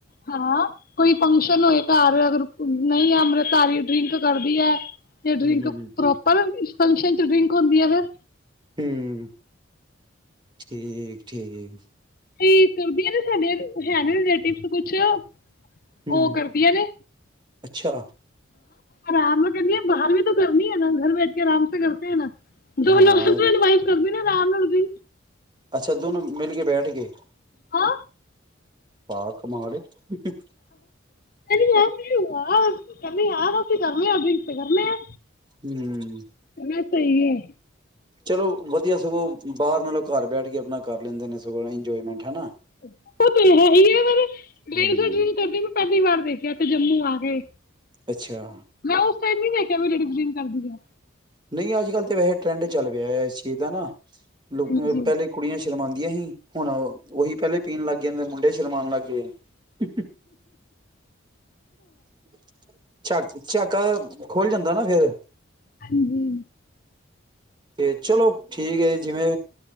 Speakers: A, on the left; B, on the right.
A: ਹਾਂ ਕੋਈ ਫੰਕਸ਼ਨ
B: ਹੂੰ
A: ਹੋਏ ਘਰ ਅਗਰ- ਨਹੀਂ ਅੰਮ੍ਰਿਤਧਾਰੀ ਡਰਿੰਕ ਕਰਦੀਆ ਹੈ ਤੇ ਡਰਿੰਕ
B: ਹੂੰ ਹੂੰ
A: ਪ੍ਰੋਪਰ ਫੰਕਸ਼ਨ ਚ ਡਰਿੰਕ ਹੁੰਦੀ ਏ ਫਿਰ
B: ਹੂੰ ਠੀਕ ਠੀਕ।
A: ਕਈ ਕਰਦੀਆਂ ਨੇ ਸਾਡੇ ਹੈ ਨੇ ਰਿਲੇਟਿਵ ਕੁਛ <unintelligible>
B: ਹੂੰ
A: ਉਹ ਕਰਦੀਆਂ ਨੇ
B: ਅੱਛਾ
A: ਆਰਾਮ ਨਾਲ ਕਹਿੰਦਿਆ ਬਾਹਰ ਵੀ ਤਾਂ ਕਰਨੀ ਏ ਨਾ, ਘਰ ਬੈਠ ਕੇ ਆਰਾਮ ਸੇ ਕਰਤੇ ਹੈ ਨਾ। ਦੋਨੋ
B: ਹਾਂ
A: ਹਸਬੈਂਡ ਵਾਈਫ ਕਰਦੇ। ਅ <unintelligible> ਰਾਮ ਨਾਲ ਕੀ
B: ਅੱਛਾ ਦੋਨੋ ਮਿਲ ਕੇ ਬੈਠ ਕੇ-
A: ਹਾਂ
B: ਵਾ-ਕਮਾਲ ਏ। <inaudible>
A: ਕਹਿੰਦੀ ਲਵ ਯੂ ਯਾਰ। ਕਹਿੰਦੀ ਯਾਰ ਅਸੀ ਕਰਨੇ ਆ ਡਰਿੰਕ ਕਰਨੇ ਆ।
B: ਹੂੰਅ <unintelligible>
A: ਐ ਸਹੀ ਏ।
B: ਚਲੋ ਵਧੀਆ ਸਗੋਂ ਬਾਹਰ ਨਾਲੋਂ ਘਰ ਬੈਠ ਕੇ ਆਪਣਾ ਕਰ ਲੈਂਦੇ ਨੇ, ਸਗੋਂ ਇੰਜੋਏਮੈਂਟ ਹਨਾ।
A: ਉਹ ਤੇ ਹੈ ਈ ਏ ਪਰ
B: ਹਮ
A: ਲੇਡਿਜਾਂ ਡਰਿੰਕ ਕਰਦੇ ਪਹਿਲੀ ਵਾਰ ਦੇਖਿਆ ਇਥੇ ਜੰਮੂ ਆ ਕੇ।
B: ਅੱਛਾ
A: ਮੈਂ ਉਸ ਟਾਈਮ ਨੀ ਦੇਖਿਆ ਵੀ ਲੇਡਿਜ ਡਰਿੰਕ- ਕਰਦੀਆ।
B: ਨਹੀਂ ਅੱਜ ਕੱਲ੍ਹ ਤਾਂ ਵੈਹੇ ਟਰੈਂਡ ਚੱਲ ਪਿਆ ਏ। ਇਸ ਚੀਜ਼ ਦਾ ਨਾ- ਲੋਕੀ
A: ਹਾਂਜੀ
B: ਪਹਿਲੇ ਕੁੜੀਆਂ'ਚ- ਸ਼ਰਮਾਂਦੀਆਂ ਹੀ ਹੁਣ ਉਹੀ ਪਹਿਲੇ ਪੀਣ ਲੱਗ- ਕਹਿੰਦੇ ਮੁੰਡੇ ਸ਼ਰਮਾਨ ਲੱਗਦੇ ਆ। <inaudible> <unintelligible> ਖੁੱਲ ਜਾਂਦਾ ਨਾ ਫਿਰ
A: ਹਾਂਜੀ
B: ਤੇ ਚਲੋ ਠੀਕ ਏ, ਜਿਵੇਂ